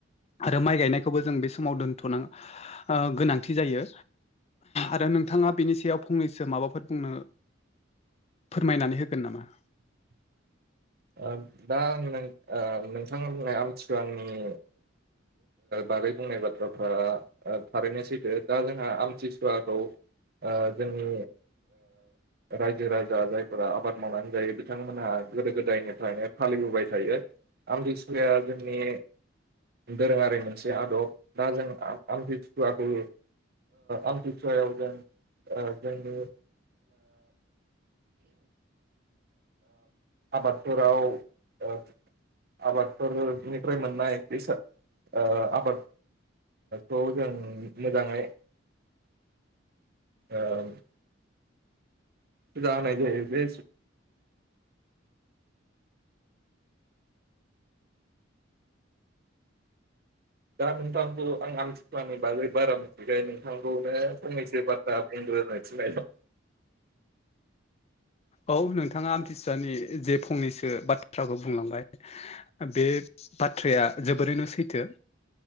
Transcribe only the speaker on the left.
आरो माइ गायनायखौबो जों बे समाव दोनथ'ना गोनांथि जायो। आरो नोंथाङा बेनि सायाव फंनैसो माबाफोर बुंनो फोरमायनानै होगोन नामा?
औ नोंथाङा आमथिसुवानि जे फंनैसो बाथ्राखौ बुंलांबाय बे बाथ्राया जोबोरैनो सैथो